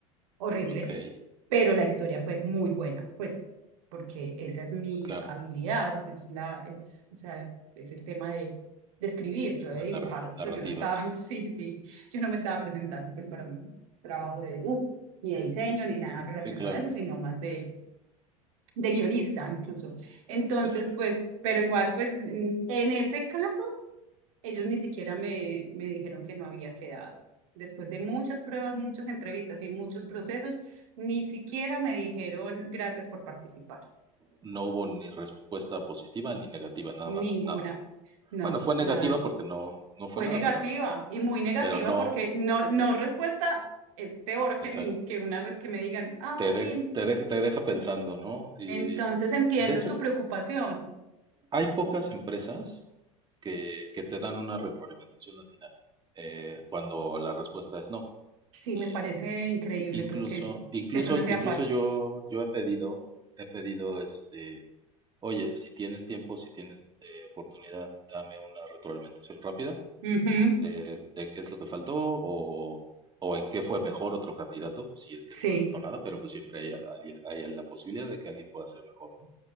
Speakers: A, on the right; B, on the right.
A: horrible,
B: ok,
A: pero la historia fue muy buena, pues, porque esa es mi
B: claro,
A: habilidad, es la, es, o sea, es el tema de, de escribir, yo de
B: la
A: dibujar,
B: narra- narrativa,
A: pues yo no estaba,
B: sí,
A: <laughs> sí, sí, yo no me estaba presentando pues para un trabajo de dibujo, ni de diseño, ni nada
B: sí,
A: relacionado
B: sí, claro,
A: a eso, sino más de, de guionista incluso. Entonces,
B: exacto.
A: pues, pero igual, pues, en en ese caso ellos ni siquiera me, me dijeron que no había quedado. Después de muchas pruebas, muchas entrevistas y muchos procesos, ni siquiera me dijeron gracias por participar.
B: no hubo ni respuesta positiva ni negativa, nada
A: Ninguna.
B: más nada.
A: No,
B: Bueno, fue negativa
A: nada.
B: porque no, no
A: Fue
B: fue nada,
A: negativa
B: pero,
A: y muy negativa
B: pero no,
A: porque no, no respuesta es peor que,
B: exacto.
A: mi- que una vez que me digan, ah,
B: Te, de-
A: sí,
B: te, de- te deja pensando, ¿no? Y
A: entonces entiendo
B: de hecho,
A: tu preocupación.
B: hay pocas empresas que, que te dan una retroalimentación al final, eh, cuando la respuesta es no.
A: Sí,
B: Eh,
A: me parece increíble
B: incluso,
A: pues que,
B: incluso,
A: que eso no sea
B: incluso
A: parte.
B: yo, yo he pedido, he pedido este, oye, si tienes tiempo, si tienes eh, oportunidad, dame una retroalimentación rápida
A: Ujú,
B: de, de qué es lo que faltó o, o en qué fue mejor otro candidato, si es que
A: Sí.
B: no me faltó nada, pero pues siempre hay, alguien- hay la posibilidad de que alguien pueda ser mejor, ¿no?